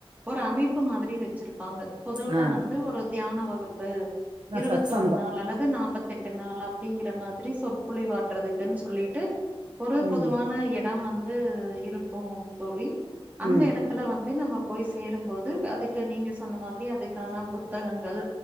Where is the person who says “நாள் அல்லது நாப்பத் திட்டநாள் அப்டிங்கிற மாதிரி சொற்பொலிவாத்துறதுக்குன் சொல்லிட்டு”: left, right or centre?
Right